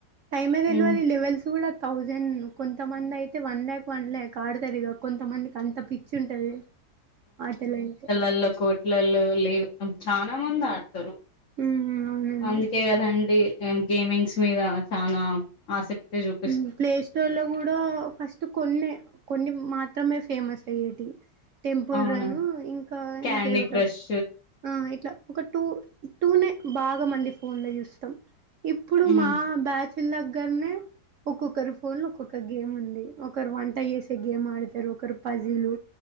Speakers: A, on the right; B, on the left.
A: టైమే దెల్వది
B: హ్మ్
A: లెవెల్సుగుడ థౌజెన్ను కొంతమందైతే వన్ ల్యాక్ వన్ ల్యాక్ ఆడుతారుగా కొంతమందికి అంత పిచ్చి ఉంటది ఆటలంటే
B: ఎల్ల కోట్ ట్లల్లో లేవ్ అబ్ చానా మంద్ ఆడ్తరు
A: ఉమ్ అవునండి
B: అందుకే గదండి ఇగమ్ గేమింగ్స్ మీద చానామ్ ఆసక్తి జూప్
A: ఉహు ప్లే స్టోర్ లో గూడా ఫస్టు కొన్నే కొన్ని మాత్రమే ఫేమస్ అయ్యేటివి టెంపుల్
B: అవునా
A: రను ఇంకా
B: క్యాండీ
A: ఇంకేదో ఒకటి
B: క్రష్
A: ఆ ఇట్లా ఒక టూ టూనే బాగా మండి ఫోన్ లో జూస్తాం ఇప్పుడు
B: మ్మ్
A: మా బ్యాచు లగ్గర్నే ఒక్కొక్కరు ఫోన్ ఒక్కొక్క గేముంది ఒకరు వంట ఏసే గేమ్ ఆడుతరు ఒకరు పజీలు